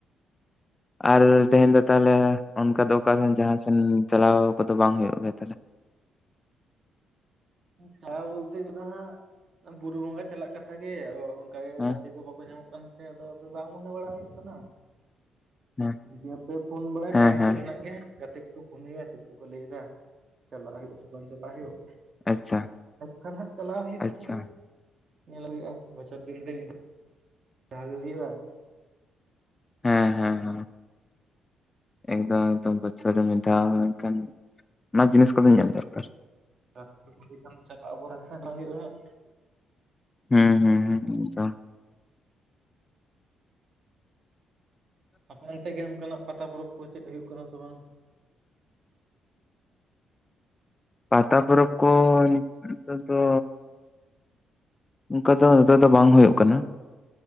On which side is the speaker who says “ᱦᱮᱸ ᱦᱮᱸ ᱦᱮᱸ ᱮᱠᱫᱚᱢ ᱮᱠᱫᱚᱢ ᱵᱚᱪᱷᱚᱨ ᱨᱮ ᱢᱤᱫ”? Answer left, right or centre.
Left